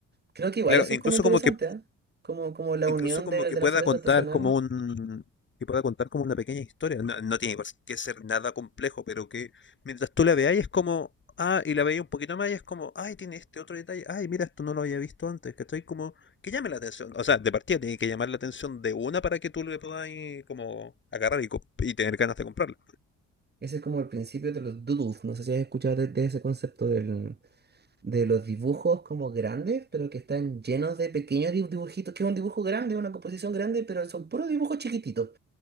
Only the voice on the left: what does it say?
claro.
Incluso
como que,
incluso
como
que
pueda
contar
como un, que pueda contar como una pequeña historia. No, no tiene por que ser nada complejo, pero que mientras tú la veas es como, ah, y la veía un poquito más y es como, ay, tiene este otro detalle, ay, mira, esto no lo había visto antes, que estoy como, que llame la atención. O sea, de partida tiene que llamar la atención de una para que tú le puedas ahí como agarrar y, co- y tener ganas de comprarla.